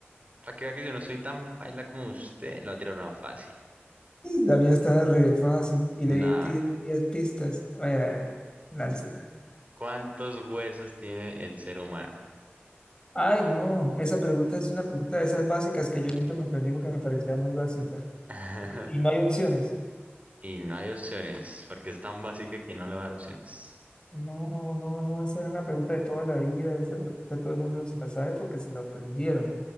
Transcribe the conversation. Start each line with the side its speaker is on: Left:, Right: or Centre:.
Right: Para que vea que yo no soy tan paila como usted, lo va a tirar una fácil.
Left: Y La mía está re fácil y le
Right: Nah,
Left: di ti- 10 pistas. A ver, a ver, láncela.
Right: ¿Cuántos huesos tiene el ser humano?
Left: Ay, no, esa pregunta es una pregunta de esas básicas que yo nunca me aprendí porque me parecía muy básica.
Right: <laughs>
Left: Y no hay opciones.
Right: Y no hay opciones, porque es tan básica que no le va a dar opciones.
Left: No, no, no, esa es una pregunta de toda la vida, esa pregunta todo el mundo se la sabe porque se la aprendieron.